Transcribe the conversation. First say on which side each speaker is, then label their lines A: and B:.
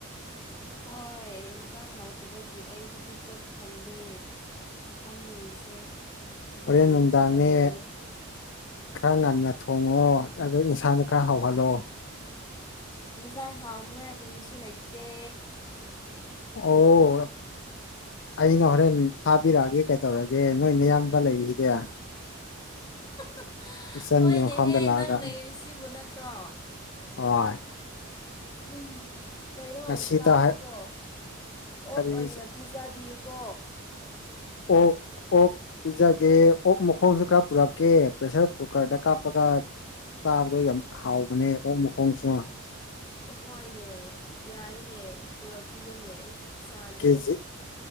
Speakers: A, on the left; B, on the left.
A: ꯍꯣꯏ ꯑꯦꯟꯁꯥꯡ ꯍꯥꯎꯇꯕꯒꯤ ꯑꯩ ꯍꯧꯖꯤꯛꯐꯥꯎ ꯊꯟꯗꯦ ꯐꯝꯃꯤꯁꯦ ꯑꯗꯨꯒꯤꯅꯤ
B: ꯍꯣꯔꯦꯟ ꯅꯨꯡꯗꯥꯡꯅꯦ
A: ꯊꯕꯛ ꯂꯩꯌꯦ
B: ꯈꯔ ꯉꯟꯅ ꯊꯣꯡꯉꯣ ꯑꯗ ꯏꯟꯁꯥꯗ ꯈꯔ ꯍꯥꯎꯍꯜꯂꯣ
A: ꯏꯟꯖꯥꯡ ꯍꯥꯎꯅꯤꯉꯥꯏ ꯀꯔꯤꯁꯨ ꯂꯩꯇꯦ
B: ꯑꯣ ꯑꯩꯅ ꯍꯣꯔꯦꯟ ꯊꯥꯕꯤꯔꯛꯑꯒꯦ ꯀꯩꯗꯧꯔꯒꯦ ꯅꯣꯏꯅꯌꯥꯝꯕ ꯂꯩꯔꯤꯁꯤꯗꯤ
A: <inaudible>
B: ꯏꯆꯟꯒꯤ
A: ꯍꯣꯏꯅꯦꯍꯦ
B: ꯃꯐꯝꯗ ꯂꯥꯛꯑꯒ
A: ꯅꯪ ꯂꯩꯔꯤ ꯁꯤꯕꯨ ꯅꯠꯇ꯭ꯔꯣ
B: ꯍꯣꯏ
A: <unintelligible> ꯀꯩꯅꯣ
B: ꯉꯁꯤꯇ
A: ꯑꯣꯏꯅ ꯆꯥꯁꯤꯀꯣ ꯑꯣꯛ
B: ꯀꯔꯤ
A: ꯑꯣꯏꯅ ꯄꯤꯖꯕꯤꯌꯨꯀꯣ
B: ꯑꯣꯛ ꯑꯣꯛ ꯄꯤꯖꯒꯦ ꯑꯣꯛ ꯃꯈꯣꯡꯁꯨ ꯈꯔ ꯄꯨꯔꯛꯀꯦ ꯄ꯭ꯔꯦꯁꯔ ꯀꯨꯀꯔꯗ ꯀꯥꯞ <unintelligible> ꯆꯥꯕꯗ ꯌꯥꯝ ꯍꯥꯎꯕꯅꯦ ꯑꯣꯛ ꯃꯈꯣꯡꯁꯨ
A: ꯑꯍꯣꯏꯅꯦ ꯌꯥꯏꯅꯦ ꯄꯨꯔꯛꯄꯤꯌꯨꯅꯦ ꯑꯩ ꯆꯥꯒꯦ
B: ꯀꯦꯖꯤ